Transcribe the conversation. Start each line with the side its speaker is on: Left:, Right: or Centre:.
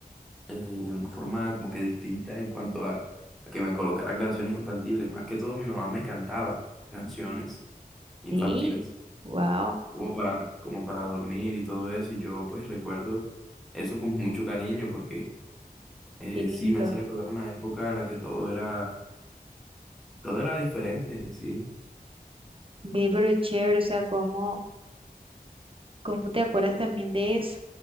Centre: eh, de una forma como que distinta en cuanto a, a que me colocaran canciones infantiles. Más que todo, mi mamá me cantaba canciones infantiles,
Right: sí, wow,
Centre: como para, como para dormir y todo eso. Y yo pues recuerdo eso con mucho cariño porque eh,
Right: qué lindo.
Centre: sí me hace recordar una época en la que todo era, todo era diferente, ¿sí?
Right: Ve, pero chévere, o sea, como... ¿Cómo te acuerdas también de eso?